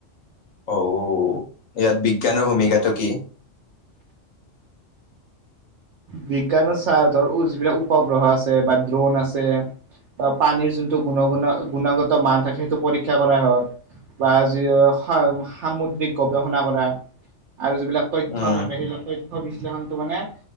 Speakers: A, on the left; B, on the right.
A: অ ইয়াত বিজ্ঞানৰ ভূমিকাটো কি?
B: বিজ্ঞানৰ স্বাৰ্থৰ যিবিলাক উপগ্ৰহ আছে বা ড্ৰোন আছে। বা পানীৰ যোনটো গুণুণ গুণগত মান থাকে সেইটো পৰীক্ষা কৰা হয়। বা যি সামুদ্ৰিক গৱেষণা কৰা। আৰু যিবিলাক তথ্য
A: উম
B: থাকে সেইবিলাক তথ্য বিশ্লেষণটো মানে।